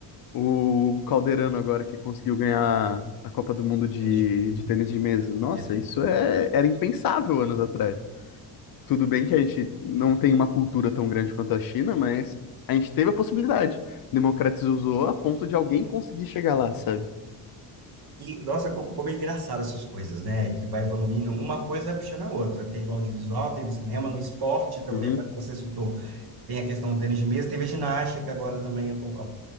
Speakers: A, on the left; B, on the right.
A: o Calderano agora que conseguiu ganhar a Copa do Mundo de,
B: Desde mesmo,
A: de tênis
B: né?
A: de mesa. Nossa,
B: É verdade.
A: isso é, era impensável anos atrás. Tudo bem que a gente não tem uma cultura tão grande quanto a China, mas a gente teve a possibilidade. Democratizou a ponto de alguém conseguir chegar lá, sabe?
B: E, nossa, co- como é engraçado essas coisas, né? Que vai evoluindo, uma coisa vai puxando a outra. Teve o audiovisual, teve cinema, no esporte também,
A: Uhum.
B: agora que você citou, tem a questão do tênis de mesa, teve a ginástica agora também. há pouco- há-